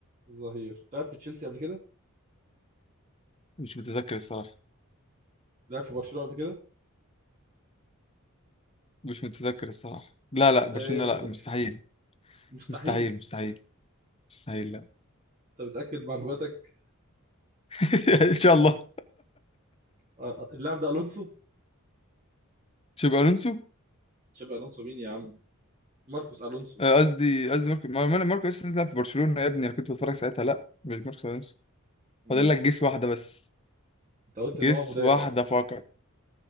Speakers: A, on the right; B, on the left.
A: ظهير لعب في تشيلسي قبل كده
B: مش متذكر الصراحه
A: لعب في برشلونة قبل كده
B: مش متذكر الصراحه لا
A: انت
B: لا برشلونه
A: ايه الذكاء
B: لا مستحيل
A: مستحيل
B: مستحيل مستحيل مستحيل لا
A: انت متأكد من معلوماتك
B: <laughs> ان شاء الله
A: آه، آه، اللاعب ده الونسو
B: شابي الونسو
A: تشابي الونسو مين يا عم ماركوس الونسو
B: آه، قصدي قصدي ماركو ما ما- انا ماركو الونسو بيلعب في برشلونه يا ابني انا كنت بتفرج ساعتها لا مش ماركو الونسو
A: مم.
B: فاضل لك جيس واحدة بس
A: انت قلت ان
B: جيس
A: هو مدافع
B: واحدة فقط